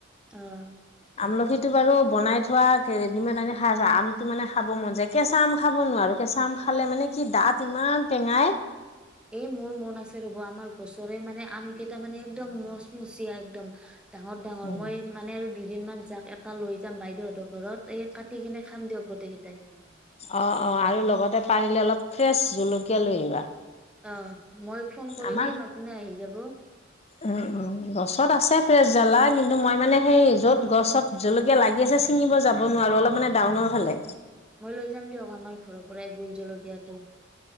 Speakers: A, in the centre; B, on the left.
A: অ
B: আমলখিটো বাৰু বনাই থোৱা ৰেডিমেড আনি খাই আছ আম মানে খাব মন যায় কেঁচা আম খাব নোৱাৰো কেঁচা আম'। খালে মানে কি দাঁত ইমান টেঙাই
A: এ মোৰ মন আছে ৰ'ব আমাৰ গছৰে মানে আম কেইটা মানে একদম মচমচিয়া একদম ডাঙৰ ডাঙৰ
B: উম
A: মই মানে দুদিনমান যাক এপাৰ লৈ যাম বাইদেউহঁতৰ ঘৰত'। এই কাটি কিনে খাম দিয়ক গোটেই কেইটাই'। <inaudible>
B: অ অ আৰু লগতে পাৰিলে অলপ ফ্ৰেছ জলকীয়া লৈ আহিবা
A: অ মই ফোন কৰি
B: আমাৰ
A: দিম আপুনি আহি যাব।
B: উম উম গছত আছে ফ্ৰেছ জ্বালা কিন্তু মই মানে সেই য'ত গছত জলকীয়া লাগি আছে ছিঙিব যাব নোৱাৰো অলপ মানে ডাউনৰ ফালে,।
A: মই লৈ যাম দিয়ক আমাৰ ঘৰৰ পৰাই গল জলকীয়াাতটো'।